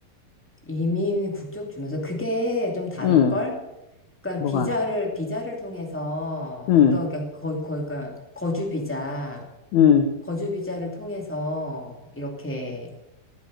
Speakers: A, in the centre; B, on the left.
A: 이민 국적 주면서 그게 좀 다를걸?
B: 응,
A: 그러니까
B: 뭐가.
A: 비자를 비자를 통해서
B: 응,
A: 어떤 그러니까 거, 거, 그러니까 거주 비자
B: 응,
A: 거주 비자를 통해서 이렇게